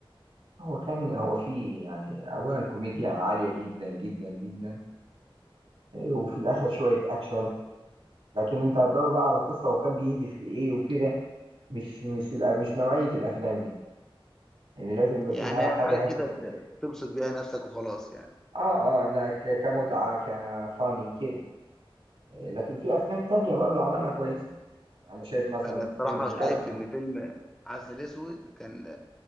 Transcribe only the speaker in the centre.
يعني
حاجه كده
ت-
تبسط بيها نفسك وخلاص يعني
انا
بصراحه
شايف
ان فيلم عسل اسود كان